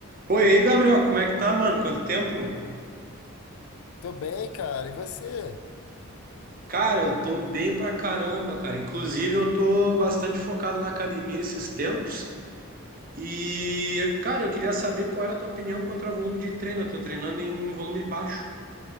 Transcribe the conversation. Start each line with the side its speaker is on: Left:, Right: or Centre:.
Right: Pô, e aí, Gabriel, como é que tá, mano? Quanto tempo?
Left: Tô bem, cara. E você?
Right: Cara, eu tô bem pra caramba, cara. Inclusive, eu tô bastante focado na academia esses tempos. E, cara, eu queria saber qual era a tua opinião contra o volume de treino. Eu tô treinando em volume baixo.